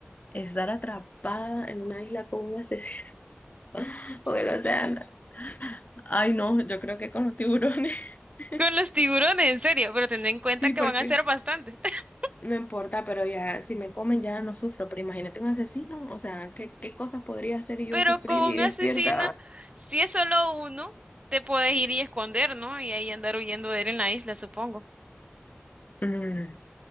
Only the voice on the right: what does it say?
Con los tiburones, en serio, pero ten en cuenta
que
van a ser bastantes. <laughs>
Pero
con
un asesino,
si es solo uno, te puedes ir y esconder, ¿no? Y ahí andar huyendo de él en la isla, supongo.